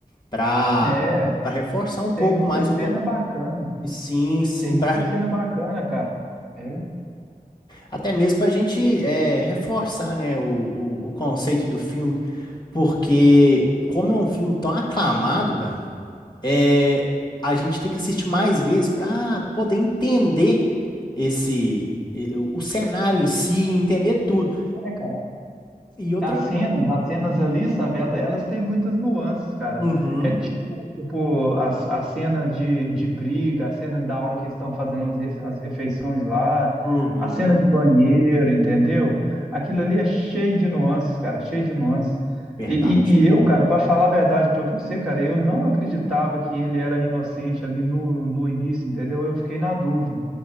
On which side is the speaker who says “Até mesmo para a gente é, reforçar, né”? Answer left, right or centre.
Left